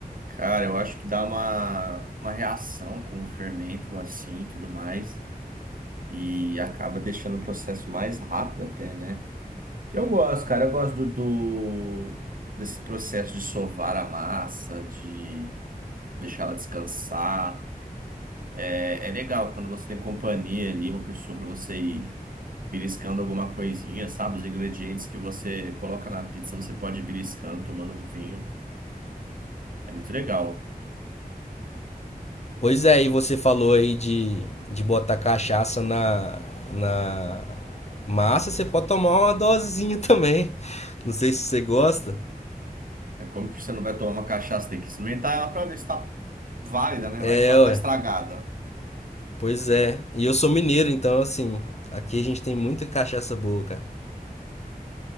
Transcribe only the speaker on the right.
Cara, eu acho que dá uma, uma reação com o fermento assim e tudo mais. E acaba deixando o processo mais rápido até, né? Eu gosto, cara. Eu gosto do, do- desse processo de sovar a massa, de deixar ela descansar. É, é legal quando você tem companhia ali, uma pessoa para você ir beliscando alguma coisinha, sabe? Os ingredientes que você coloca na pizza, você pode ir beliscando, tomando um vinho. É muito legal.
É como que você não vai tomar uma cachaça, tem que experimentar ela pra ver se tá válida, né?
Vai que ela
tá estragada.